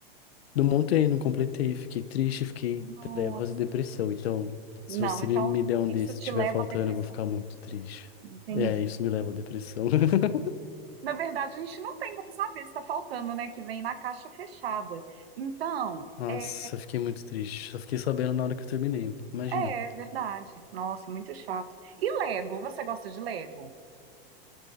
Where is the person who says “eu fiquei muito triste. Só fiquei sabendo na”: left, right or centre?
Left